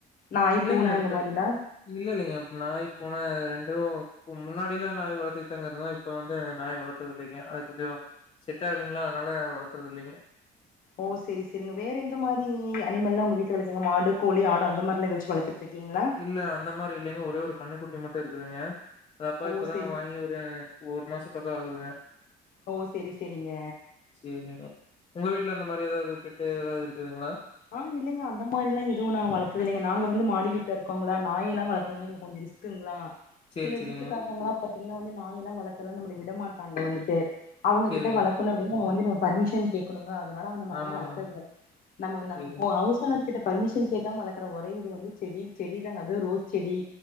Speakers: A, on the left (about 55°); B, on the left (about 35°).
A: நாய்
B: இல்லைங்க
A: பூனை அந்த
B: இப்ப
A: மாரிலா
B: இல்ல இல்லங்க நாய் பூன ரெண்டும் முன்னாடில்லா நாய் வளத்திட்டுதாங்க இருந்தோ இப்ப வந்து நாய் வளக் க்கறதில்லைங்க அது கொஞ்சோ செட் ஆகலைங்களா அதனால வளக்குறது இல்லைங்க
A: ஓ சேரி சேரிங்க வேறு எந்த மாரி அனிமல்லா உங்க வீட்டுல வளக்குறீங்க மாடு கோழி ஆடு அந்த மாதிரிலா ஏதாச்சு வளத்துட்டுருக்கீங்களா
B: இல்ல அந்த மாரி இல்லைங்க ஒரே ஒரு கண்ணுக்குட்டி மட்டும் இருக்குதுங்க அத அப்பா
A: ஓ
B: இப்பதா
A: செரி
B: வாங்கி விட்ருக்காங்க ஒரு மாசோ பக்க ஆகுதுங்க
A: ஓ செரி செரிங்க
B: சேரிங்க மேடம் உங்க வீட்டுல அந்த மாரி ஏதாவது பெட்டு ஏதாவது இருக்குதுங்களா
A: ஆ இல்லைங்க அந்த மாரிலா எதுவு நாங்க வளத்தது இல்லைங்க நாங்க வந்து மாடி வீட்டுல இருக்கோங்களா நாயெல்லா வளத்தோன்னா இங்க கொஞ்சோ ரிஸ்க் க்குங்களா
B: சரி,
A: சில
B: சரிங்க.
A: வீட்டுக்காரங்களா பாத்தீங்கனா வந்து நாயெல்லா வளத்தலா நம்மள விட மாட்டாங்க வந்துட்டு அவுங்ககிட்ட
B: சரிங்க.
A: வள க்கனு அப்டினா நம்ம வந்து நம்ம பர்மிஷன் கேக்கனுங்களா அதனால அந்த மாரிலா
B: ஆமாமா.
A: வளத்ததில்ல நம்ம நம்ம
B: சரி.
A: ஹவுஸ் ஓனர் கிட்ட பர்மிஷன் கேக்காம வளக்குற ஒரே இது வந்து செடி செடி தாங்க அதுவு ரோஸ் செடி